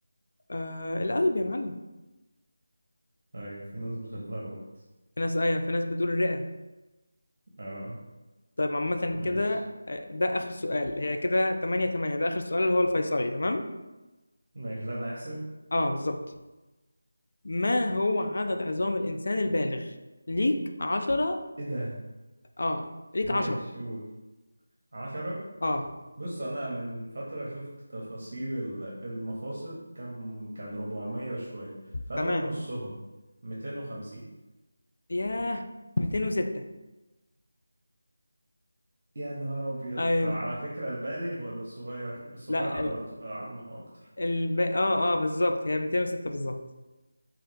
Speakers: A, on the left (about 60°); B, on the right (about 55°).
A: آه القلب يا معلم
B: أيوة في ناس بتتلخبط
A: في ناس ايوه في ناس بتقول الرئة
B: أه
A: طيب عامة
B: ماشي
A: كده آه، ده اخر سؤال هي كده 8 8 ده اخر سؤال اللي هو الفيصلي تمام
B: ماشي ده اللي هيحسب
A: اه بالظبط ما هو عدد عظام الانسان البالغ ليك 10
B: إيه ده
A: اه ليك
B: ماشي
A: 10
B: قول عشرة
A: اه
B: بص أنا من فترة شفت تفاصيل ال- المفاصل كان كان 400 وشوية فأنا
A: تمام
B: أقول نصهم 250
A: ياه 206
B: يا نهار أبيض
A: ايوه
B: طب على فكرة البالغ ولا الصغير الصغير
A: لا
B: عضلاته عظمه أكتر
A: الب... اه اه بالظبط هي 206 بالظبط